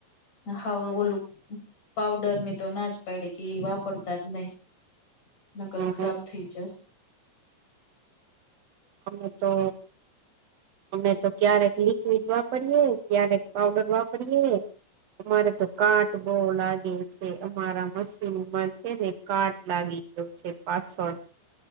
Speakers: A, on the left; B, on the right.
A: હા ઓલું પાવડરની તો નાજ પાયડી કે ઈ વાપરતાં જ નહીં
B: અમે
A: નકર ખરાબ થી જસ
B: અમે તો અમે તો ક્યારેક લિક્વિડ વાપરીએે, ક્યારેક પાઉડર વાપરીએ. અમારે તો કાટ બહુ લાગે છે અમારા મશીનમાં છે ને. કાટ લાગી ગ્યો છે પાછળ.